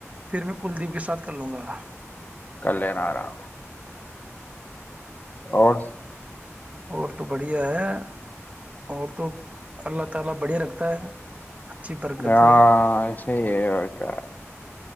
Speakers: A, on the right (about 25°); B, on the left (about 35°).
A: پھر میں کلدیپ کے ساتھ کر لوں گا
B: کر لینا آرام اور
A: اور تو بڑھیا ہے اور تو اللہ تعالی بڑے رکھتا ہے اچھی برکت
B: ہاں
A: ہے
B: ایسے ہی ہے اور کیا